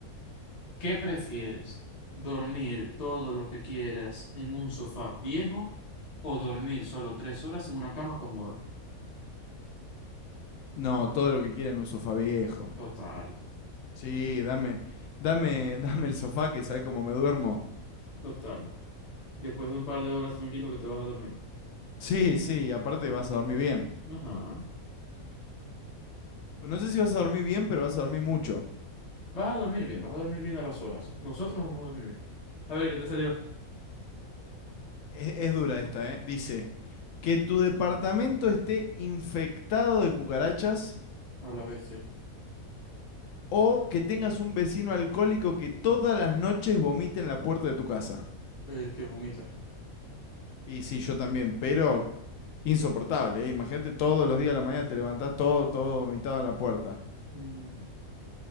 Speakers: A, on the left (about 30°); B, on the left (about 65°).
A: ¿Qué prefieres? ¿Dormir todo lo que quieras en un sofá viejo o dormir solo tres horas en una cama cómoda?
B: No, todo lo que quieran, un sofá viejo.
A: Total,
B: Sí, dame, dame, <laughs> dame el sofá que sabes cómo me duermo.
A: total. Después de un par de horas tranquilo que te vas a dormir.
B: Sí, sí, aparte vas a dormir bien.
A: Ajá.
B: No sé si vas a dormir bien, pero vas a dormir mucho.
A: Vas a dormir bien, vas a dormir bien a las horas. Nosotros vamos a dormir bien. A ver, ¿qué te salió?
B: Es, es dura esta, ¿eh? Dice, que tu departamento esté infectado de cucarachas
A: A la bestia.
B: o que tengas un vecino alcohólico que todas las noches vomite en la puerta de tu casa.
A: El que vomita.
B: Y sí, yo también, pero Insoportable, ¿eh? Imagínate todos los días a la mañana te levantás todo, todo vomitado en la puerta.
A: Mm,